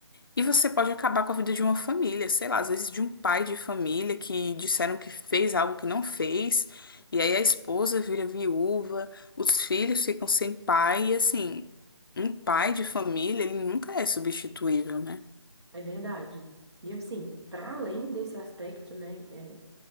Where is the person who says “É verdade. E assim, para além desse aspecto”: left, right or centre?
Right